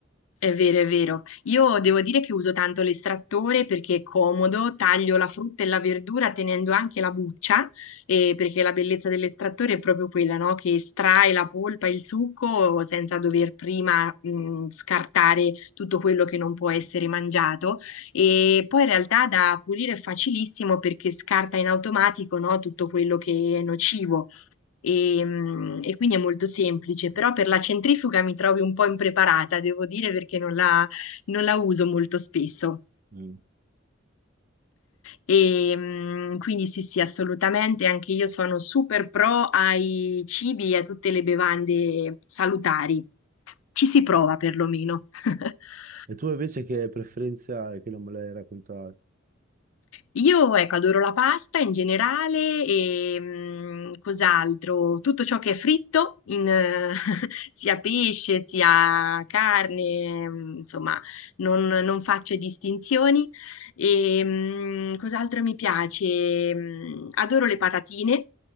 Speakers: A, on the left; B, on the right.
A: È vero, è vero. Io devo dire che uso tanto l'estrattore perché è comodo, taglio la frutta e la verdura tenendo anche la buccia, eh, perché la bellezza dell'estrattore è proprio quella, no? Che estrae la polpa e il succo senza dover prima, mh, scartare tutto quello che non può essere mangiato. E poi in realtà da pulire è facilissimo perché scarta in automatico, no? Tutto quello che è nocivo e, mm, e quindi è molto semplice, però per la centrifuga mi trovi un po' impreparata, devo dire, perché non la, non la uso molto spesso.
B: Mm.
A: E, mm, quindi sì, sì, assolutamente, anche io sono super pro ai cibi e a tutte le bevande salutari. Ci si prova perlomeno. <laughs>
B: E tu invece che preferenze hai che non me l'hai raccontato?
A: Io, ecco, adoro la pasta in generale e mm, cos'altro? Tutto ciò che è fritto, in, eh, <laughs> sia pesce sia carne, mm, insomma, non, non faccio distinzioni. E, mm, cos'altro mi piace? Mm, Adoro le patatine.